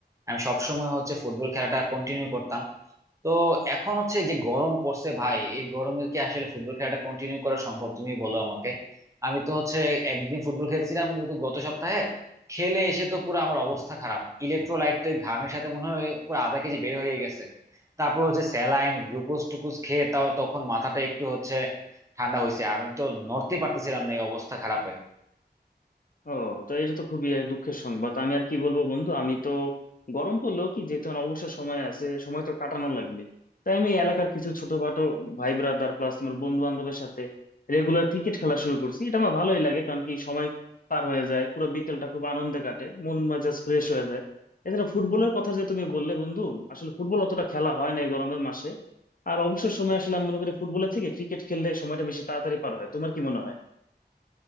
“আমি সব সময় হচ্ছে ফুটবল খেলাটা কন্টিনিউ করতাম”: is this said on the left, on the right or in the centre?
Right